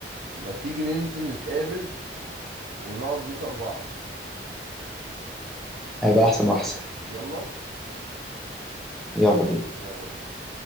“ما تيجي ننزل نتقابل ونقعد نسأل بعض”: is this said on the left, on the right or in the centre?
Right